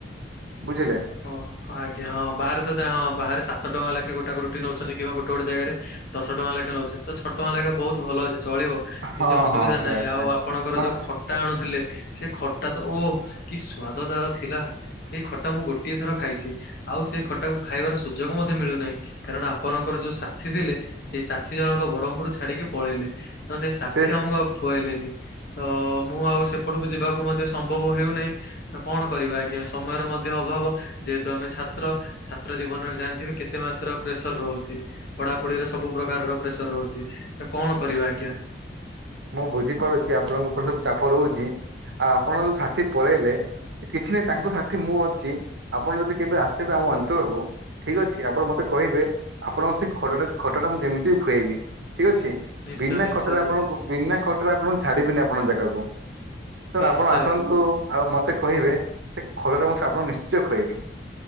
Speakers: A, on the right; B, on the left.
A: ବୁଝିଲେ।
B: ଓ ଆଜ୍ଞା ହଁ ବାହାରେ ତ ଯାହା ହଁ ବାହାରେ ସାତ ଟଙ୍କା ଲେଖେ ଗୋଟା ରୁଟି ନଉଛନ୍ତି କିମ୍ବା ଗୋଟେ ଗୋଟେ ଜାଗାରେ ଦଶ ଟଙ୍କା ଲେଖା ନେଉଛନ୍ତି ତ ଛଅ ଟଙ୍କା ଲେଖେ ବହୁତ ଭଲ ଅଛି ଚଳିବ। କିଛି
A: ହଁ
B: ଅସୁବିଧା
A: ହଁ ସେୟା
B: ନାହିଁ
A: ସେୟା
B: ଆଉ ଆପଣଙ୍କର
A: ମାନେ
B: ଯୋଉ ଖ ଖଟା ଆଣୁଥିଲେ ସେ ଖଟା ତ ଓ କି ସ୍ଵାଦ ତାର ଥିଲା ସେଇ ଖଟା ମୁଁ ଗୋଟେ ଥର ଖାଇଛି ଆଉ ସେଇ ଖଟାକୁ ଖାଇବାର ସୁଯୋଗ ମଧ୍ୟ ମିଳୁନାହିଁ। କାରଣ ଆପଣଙ୍କର ଯୋଉ ସାଥି ଥିଲେ ସେଇ ସାଥି ଜଣକ ବରମ୍ପୁର <inaudible> ଛାଡିକି ପଳେଇଲେ ତ ସେଇ ସାଥି
A: ସେ
B: ଆମକୁ ଆଉ ଖୁଆଇଲେନି ତ ମୁଁ ଆଉ ସେ ସେପଟକୁ ଯିବାକୁ ମଧ୍ୟ ସମ୍ଭବ ହେଉନାହିଁ ତ କଣ କରିବା ଆଜ୍ଞା ସମୟର ମଧ୍ୟ ଅଭାବ। ଯେହେତୁ ଆମେ ଛାତ୍ର ଛାତ୍ର ଜୀବନରେ ଜାଣିଥିବେ କେତେ ମାତ୍ର ପ୍ରେସର ରହୁଛି। ପଢାପଢିରେ ସବୁ ପ୍ରକାରର ପ୍ରେସର ରହୁଛି ତ କଣ କରିବା ଆଜ୍ଞା।
A: ମୁଁ ବୁଝିପାରୁଛି ଆପଣଙ୍କ ଉପରେ ସବୁ ଚାପ ରହୁଛି ଆଉ ଆପଣ ଯୋଉ ସାଥି ପଳେଇଲେ କିଛି ନାହିଁ ତାଙ୍କ ସାଥି ମୁଁ ଅଛି ଆପଣ ଯଦି କେବେ ଆସିବେ ଆମ ଅଞ୍ଚଳକୁ ଠିକ ଅଛି ଆପଣ ମତେ କହିବେ ଆପଣଙ୍କ ସେ ଖଟା ଖଟଟା ମୁଁ ଯେମିତି ହୋଉ ଖୁଆଇବି ଠିକ ଅଛି।
B: ନିଶ୍ଚୟ
A: ବିନା
B: ନିଶ୍ଚୟ
A: ଖଟାରେ ଆପଣଙ୍କୁ
B: ନିଶ୍ଚୟ।
A: ବିନା ଖଟାରେ ଆପଣଙ୍କୁ ଛାଡ଼ିବିନି ଆପଣ ଜାଗାକୁ ତ
B: ନିଶ୍ଚୟ
A: ଆପଣ ଆସନ୍ତୁ ଆଉ ମତେ କହିବେ ସେ ଖଟା ଟା ମୁଁ ସେ ଆପଣଙ୍କୁ ନିଶ୍ଚୟ ଖୁଇବି।